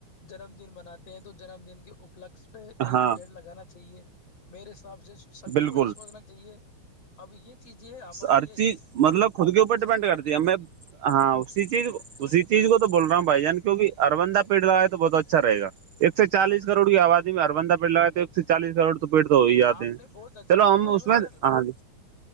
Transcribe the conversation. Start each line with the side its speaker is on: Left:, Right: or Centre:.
Left: جنم دن مناتے ہیں تو جنم دن کے اپلک پہ ایک
Right: ہاں
Left: پیڑ لگانا چاہیے میرے حساب سے سبھی
Right: بالکل
Left: کو یہ سوچنا چاہیے اب یہ چیزیں ہماری
Right: ہر
Left: ای ایسی
Right: چیز مطلب خود کے اوپر ڈیپینڈ
Left: سنسکرتی
Right: کرتی
Left: پر
Right: ہے میں
Left: <inaudible>
Right: ہاں اسی چیز
Left: تو
Right: اسی چیز کو تو بول رہا ہوں بھائی جان کیونکہ ہر بندہ پیڑ لگائے گا تو بہت اچھا رہے گا ایک سو چالیس
Left: نہیں
Right: کروڑ کی آبادی میں ہر بندہ پیڈ لگائے تو سے چالیس کروڑ تو پیڑ تو ہو ہی جاتے
Left: آپ
Right: ہیں
Left: نے بہت اچھا
Right: چلو
Left: فرمایا
Right: ہم اس
Left: بھائی
Right: میں
Left: جان
Right: آ گ